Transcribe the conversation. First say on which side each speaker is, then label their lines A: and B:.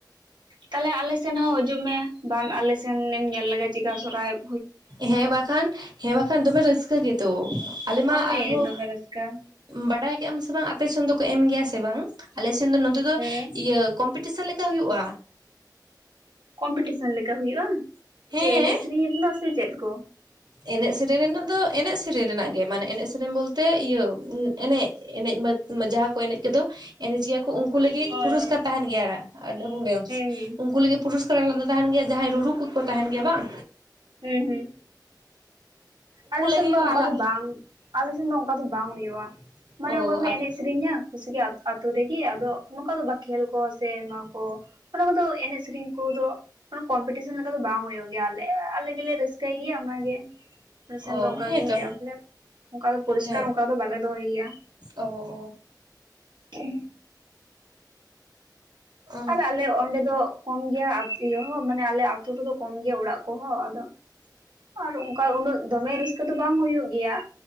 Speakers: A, on the right (about 85°); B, on the right (about 70°).
A: ᱛᱟᱦᱞᱮ ᱟᱞᱮ ᱥᱮᱱ ᱦᱚᱸ ᱦᱤᱡᱩᱜ ᱢᱮ ᱵᱟᱸᱜ ᱟᱞᱮ ᱥᱮᱱᱮᱢ ᱧᱮᱞ ᱞᱮᱜᱭᱟ ᱪᱤᱠᱟ. ᱥᱚᱨᱦᱟᱭᱚᱜ
B: ᱦᱮᱸ ᱵᱟᱠᱷᱟᱱ ᱦᱮᱸ ᱵᱟᱠᱷᱟᱱ ᱫᱚᱢᱮ ᱨᱟᱹᱥᱠᱟᱹ ᱜᱮᱛᱚ ᱟᱞᱮ
A: ᱦᱳᱭ
B: ᱢᱟ ᱟᱨᱦᱚᱸ
A: ᱫᱚᱢᱮ ᱨᱟᱹᱥᱠᱟᱹ
B: ᱵᱟᱰᱟᱭ ᱠᱮᱫᱮᱜ ᱟᱢ ᱥᱮ ᱵᱟᱝ ᱟᱯᱮ ᱥᱮᱱ ᱫᱚᱠᱚ ᱮᱢ ᱜᱮᱭᱟ ᱥᱮ ᱵᱟᱝ ᱟᱞᱮᱥᱮᱱ ᱫᱚ ᱱᱚᱛᱮ ᱫᱚ
A: ᱦᱮᱸ
B: ᱤᱭᱟᱹ ᱠᱚᱢᱯᱤᱴᱤᱥᱮᱱ ᱞᱮᱠᱟ ᱦᱩᱭᱩᱜᱼᱟ᱾
A: ᱠᱚᱢᱯᱤᱴᱤᱥᱚᱱ ᱞᱮᱠᱟ ᱦᱩᱭᱩᱜ-ᱟ
B: ᱦᱮᱸ
A: ᱪᱮᱫ ᱮᱱᱮᱡ ᱥᱮᱨᱮᱧ ᱨᱮᱱᱟᱜ ᱥᱮ ᱪᱮᱫ ᱠᱚ?
B: ᱮᱱᱮᱜ ᱥᱮᱨᱮᱧ ᱨᱮᱱᱟᱜ ᱫᱚ ᱮᱱᱮᱜ ᱥᱮᱨᱮᱧ ᱨᱮᱱᱟᱜ ᱜᱮ ᱢᱟᱱᱮ ᱮᱱᱮᱜ ᱥᱮᱨᱮᱧ ᱵᱚᱞᱛᱮ ᱤᱭᱟᱹ ᱮᱱᱮᱜ᱾ ᱮᱱᱮᱜ ᱢᱟ ᱡᱟᱦᱟᱸ ᱠᱚ ᱮᱱᱮᱜ ᱠᱚᱫᱚ ᱮᱱᱮᱡ ᱜᱮᱭᱟ ᱩᱱᱠᱩ ᱞᱟᱹᱜᱤᱫ
A: ᱦᱳᱭ
B: ᱯᱩᱨᱚᱥᱠᱟᱨ
A: ᱦᱳᱭ
B: ᱛᱟᱦᱮᱱ ᱜᱮᱭᱟ ᱰᱟᱵᱩ ᱰᱥ
A: ᱦᱩᱸ ᱦᱩᱸ
B: ᱩᱱᱠᱩ ᱞᱟᱹᱜᱤᱜ ᱯᱩᱨᱚᱥᱠᱟᱨ ᱟᱞᱟᱫᱟ ᱛᱟᱦᱮᱱ ᱜᱮᱭᱟ ᱡᱟᱦᱟᱸᱭ ᱨᱩᱨᱩ ᱠᱚᱠᱚ ᱛᱟᱦᱮᱱ ᱜᱮᱭᱟ ᱵᱟᱝ᱾
A: ᱦᱮᱸ ᱦᱩᱸ
B: ᱩᱱᱠᱩ
A: ᱟᱞᱮ
B: ᱞᱟᱹᱜᱤᱫ
A: ᱥᱮᱱ
B: ᱦᱚᱸ
A: ᱫᱚ ᱚᱱᱠᱟ
B: ᱟᱞᱟᱜ
A: ᱫᱚ ᱵᱟᱝ ᱟᱞᱮ ᱥᱮᱱ ᱫᱚ ᱚᱱᱠᱟ ᱫᱚ ᱵᱟᱝ ᱦᱩᱭᱩᱜᱼᱟ ᱢᱟᱱᱮ
B: ᱚ
A: ᱚᱱᱠᱟ ᱠᱚ
B: ᱟᱯᱮ
A: ᱮᱱᱮᱡ ᱥᱮᱨᱮᱧᱟ᱾ ᱠᱩᱥᱤᱜ ᱟᱛᱳ ᱨᱮᱜᱮ ᱟᱫᱚ ᱱᱚᱝᱠᱟ ᱫᱚ ᱵᱟ ᱠᱷᱮᱞ ᱠᱚ ᱥᱮ ᱱᱚᱣᱟ ᱚᱱᱟ ᱠᱚᱫᱚ ᱮᱱᱮᱡ ᱥᱮᱨᱮᱧ ᱠᱚᱫᱚ ᱠᱚᱢᱯᱤᱴᱤᱥᱚᱱ ᱞᱮᱠᱟ ᱫᱚ ᱵᱟᱝ ᱦᱩᱭᱩᱜ ᱜᱮᱭᱟᱞᱮ ᱟᱞᱮ ᱜᱮᱞᱮ ᱨᱟᱹᱥᱠᱟᱹᱭ ᱜᱮᱭᱟ ᱚᱱᱟᱜᱮ ᱟᱞᱮᱥᱮᱱ
B: ᱚ
A: ᱫᱚ ᱚᱝᱠᱟ
B: ᱦᱮᱸᱛᱚ
A: ᱜᱮ ᱦᱩᱭᱩᱜᱼᱟ ᱵᱚᱞᱮ ᱚᱝᱠᱟ ᱫᱚ ᱯᱚᱨᱤᱥᱠᱟᱨ
B: ᱦᱮᱸ
A: ᱚᱱᱠᱟ ᱫᱚ ᱵᱟᱞᱮ ᱫᱚᱦᱚᱭ ᱜᱮᱭᱟ᱾
B: ᱚ
A: <unintelligible>
B: ᱚ
A: ᱟᱫᱚ ᱟᱞᱮ ᱚᱸᱰᱮ ᱫᱚ ᱠᱚᱢ ᱜᱮᱭᱟ ᱤᱭᱟᱹ ᱦᱚᱸ ᱢᱟᱱᱮ ᱟᱞᱮ ᱟ ᱟᱹᱛᱩ ᱨᱮᱫᱚ ᱠᱚᱢ ᱜᱮᱭᱟ ᱚᱲᱟᱜ ᱠᱚᱦᱚᱸ ᱟᱫᱚ ᱟᱨ ᱚᱝᱠᱟ ᱩᱱᱟᱹᱜ ᱫᱚᱢᱮ ᱨᱟᱹᱥᱠᱟᱹ ᱫᱚ ᱵᱟᱝ ᱦᱳᱭᱳᱜ ᱜᱮᱭᱟ᱾